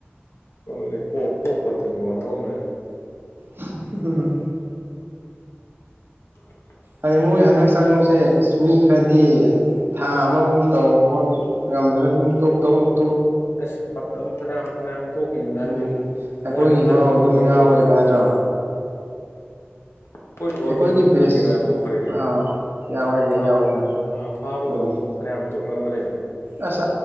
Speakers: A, on the left; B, on the right.
A: ꯅꯦ ꯀꯣꯛ ꯀꯣꯛ ꯀꯊꯟꯒꯟꯊꯣꯡꯅꯔꯅꯦ
B: ꯍꯝ
A: <inaudible>
B: ꯍꯥꯏ ꯃꯣꯏ ꯍꯟꯗꯛ ꯆꯪꯕꯁꯦ ꯃꯤ ꯈꯔꯗꯤ ꯊꯥ ꯑꯃꯃꯨꯛ ꯇ ꯌꯥꯝꯗꯅ ꯑꯗꯨꯝ ꯇꯣꯛ ꯇꯧ
A: ꯑ ꯐ ꯐ ꯊꯣꯛꯈꯤꯉꯩꯗ
B: ꯎꯝ
A: ꯍꯥꯏꯗꯤ
B: ꯑꯩꯈꯣꯏꯒꯤ
A: ꯑꯣꯏꯅ ꯈꯜꯂꯤꯗꯨꯒ
B: ꯐꯥꯎ ꯑꯗꯨꯝ ꯌꯥꯎꯋꯦꯕ
A: ꯇꯧꯔꯝꯃꯤꯗꯨꯗ
B: ꯅꯠꯇ꯭ꯔꯣ
A: ꯑꯩꯈꯣꯏ ꯕꯣꯠꯇ
B: ꯑꯩꯈꯣꯏꯒꯤ
A: ꯑꯗꯨꯝ
B: ꯕꯦꯁ
A: ꯀꯨꯏꯅꯤꯡꯉꯥꯏ ꯇꯣꯛꯈ꯭ꯔꯦ ꯀꯩꯅꯣ
B: ꯑꯥꯎ ꯌꯥꯎꯋꯦ
A: ꯊꯥ
B: ꯌꯥꯎꯋꯦ ꯌꯥꯎꯋꯦ
A: ꯐꯥꯕꯒ
B: ꯎꯝ
A: ꯑꯗꯨꯝ ꯐꯅꯌꯥꯝ ꯇꯣꯛꯅꯈ꯭ꯔꯦꯕ
B: ꯑꯁ